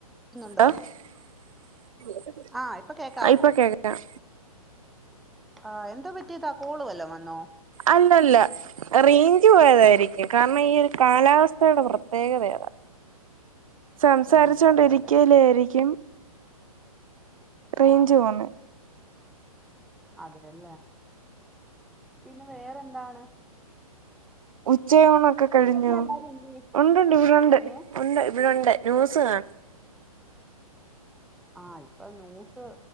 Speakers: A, in the centre; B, on the right (about 60°).
A: ന്നുണ്ടോ
B: <unintelligible>
A: ആ ഇപ്പൊ കേക്കാവോ
B: അയിപ്പൊ കേക്കാം
A: ആഹ് എന്താ പറ്റിയതാ കോള് വല്ലോം വന്നൊ
B: അല്ലല്ല റെയിഞ്ച് പോയതാരിക്കും കാരണം ഈ ഒരു കാലാവ- സ്ഥേടെ പ്രത്യേകത യതാ സംസാരിച്ചു
A: ആ
B: കൊണ്ടിരിക്കേലാരിക്കും
A: അതെ അതെ
B: റെയിഞ്ച്
A: ആ
B: പോണെ
A: അതെയല്ലെ പിന്നെ വേറെന്താണ്
B: ഉച്ചയൂണൊക്കെ കഴിഞ്ഞൊ
A: വീട്ടിലെല്ലാരും എന്തിയെ
B: ഉണ്ട്ണ്ട് ഇവിടൊണ്ട്
A: ഏ
B: ഉണ്ട് ഇവിടൊണ്ട് ന്യൂസ് കാണ്ന്ന്.
A: ആഹ് ഇപ്പം ന്യൂസ്